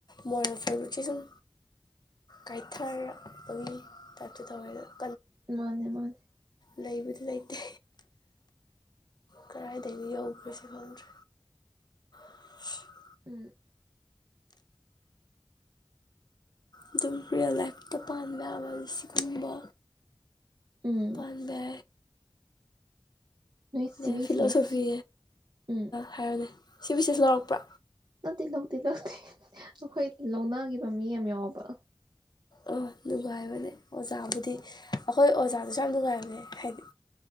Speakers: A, on the left; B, on the right.
A: ꯃꯣꯔꯦꯜ ꯐꯦꯕ꯭ꯔꯤꯛꯁꯦ ꯁꯨꯝ ꯀꯥꯏꯊꯔꯛꯄꯒꯤ ꯇꯥꯏꯞꯇꯣ ꯇꯧꯋꯦ ꯑꯗ
B: ꯃꯥꯅꯦ ꯃꯥꯅꯦ
A: ꯂꯩꯕꯨꯗꯤ ꯂꯩꯇꯦ ꯀ ꯇꯩꯅꯤ ꯍꯧꯕ ꯀꯁ ꯈꯜꯗ <inaudible>
B: ꯎꯝ
A: ꯑꯗꯨꯝ ꯄꯔꯤꯌꯜ ꯂꯥꯏꯐꯇ ꯄꯥꯒꯕ ꯁꯤꯒꯨꯝꯕ
B: ꯎꯝ
A: ꯄꯥꯟꯕꯦ
B: ꯅꯣꯏ ꯁꯤ
A: ꯑꯗꯩ
B: ꯕꯤ
A: ꯐꯤꯂꯣꯁꯣꯐꯤ
B: ꯁꯤ ꯑꯦꯁꯀꯤ ꯎꯝ
A: ꯍꯥꯏꯔꯅꯦ ꯁꯤꯕꯨꯕꯁꯤꯁꯨ ꯂꯧꯔꯛꯄ꯭ꯔꯥ
B: ꯂꯧꯇ ꯂꯧꯇꯤ ꯂꯧꯇ ꯑꯩꯈꯣꯏ ꯂꯧꯅꯥꯒꯤ ꯃꯤ ꯌꯥꯝ ꯌꯥꯎꯕ
A: ꯑꯥ ꯅꯨꯡꯉꯥꯏꯕꯅꯦ ꯑꯣꯖꯥꯕꯨꯗꯤ ꯑꯩꯈꯣꯏ ꯑꯣꯖꯥꯗꯨꯁꯨ ꯌꯥꯝ ꯅꯨꯡꯉꯥꯏꯕꯅꯦ ꯍꯥꯏꯗꯤ